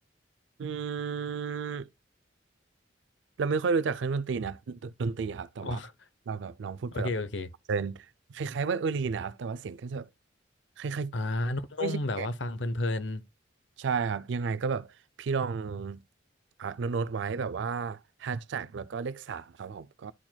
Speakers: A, on the right; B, on the left.
A: อืมเราไม่ค่อยรู้จักเครื่องดนตรีนะดนตรีครับแต่ว่าเราแบบลองพูดไป
B: อ๋อ โอเคโอเค
A: เป็นคล้ายๆว่าเออลีนนะครับแต่ว่าเสียงก็จะคล้ายๆไม่ใช่แกะ
B: อ่านุ่มๆแบบว่าฟังเพลิน
A: ใช่ครับยังไงก็แบบพี่ลองอ่ะโน้ตๆไว้แบบว่าแฮชแท็กแล้วก็เลขสามครับผมก็